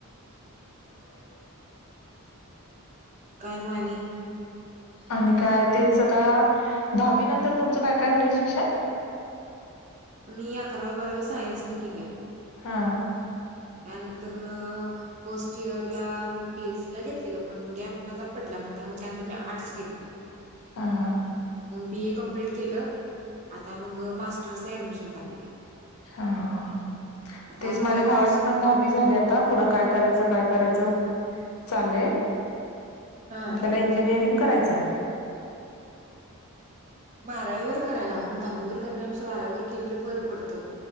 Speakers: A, on the right; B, on the left.
A: <inaudible> काय माणे
B: आणि काय तेच आता दहावी नंतर तुमचं काय काय झालं शिक्षण <inaudible>
A: मी अकरावी बारावी सायन्स न किल्या
B: हा
A: त्यानंतर फर्स्ट इयर ला बीएससी ला घेतलेलं पण गॅप माझा पडला नंंतर मग त्यानंतर मग त्यानंतर मी आर्टस घेतल
B: हां हा
A: बी ए कंप्लीट केलं आता मग मास्टर्सला ऍडमिशन टाकले
B: हा हा हा
A: आता
B: तेच माझ्या
A: ग्रॅज्युएश
B: भावाची पण दहावी झाली आता पुढं काय करायचं काय करायच. चालय
A: हा
B: त्याला इंजिनियरिंग करायचंय.
A: बारावी वर करायला हवं दहावीवर करण्यापे बारावीवर केलेलं बरं पडतं.